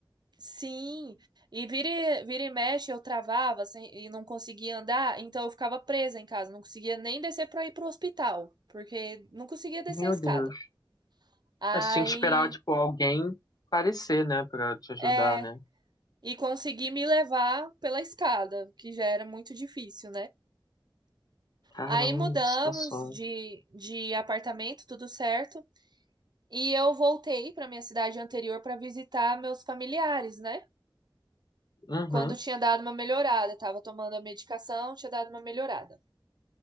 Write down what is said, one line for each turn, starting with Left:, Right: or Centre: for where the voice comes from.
Right: Sim. E vira e, vira e mexe eu travava assim, e não conseguia andar, então eu ficava presa em casa, não conseguia nem descer para ir pro hospital, porque não conseguia descer
Left: Meu
Right: a escada.
Left: Deus.
Right: Aí,
Left: É, Você tinha que esperar, tipo, alguém aparecer, né, pra te ajudar,
Right: é,
Left: né?
Right: e consegui me levar pela escada, que já era muito difícil, né?
Left: Caramba,
Right: Aí mudamos
Left: que situação.
Right: de, de apartamento, tudo certo. E eu voltei para minha cidade anterior para visitar meus familiares, né?
Left: Uhum,
Right: Quando tinha dado uma melhorada, tava tomando a medicação, tinha dado uma melhorada.